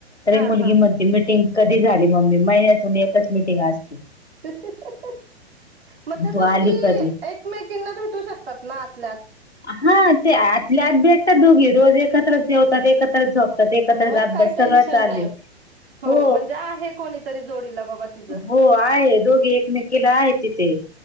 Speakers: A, on the left (about 85°); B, on the right (about 65°).
A: तर
B: हा
A: मुलगी
B: हा
A: म्ह ती मीटिंग कधी झाली मम्मी महिन्यातून एकच मिटिंग असते.
B: <inaudible> मग त्या
A: तू
B: दोघी
A: आली कधी?
B: एकमेकींना भेटू शकतात ना आतल्याआत
A: हा ते आतल्याआत भेटतात दोघी रोज एकत्रच जेवतात एकत्रच झोपतात तर एकत्रच
B: मग
A: अभ्यास
B: काही टेन्शन
A: सगळं चालय
B: नाही
A: हो
B: म्हणजे आहे कोणीतरी जोडीला बाबा तिचं
A: हो आहे दोघे एकमेकींना केला आहे तिथे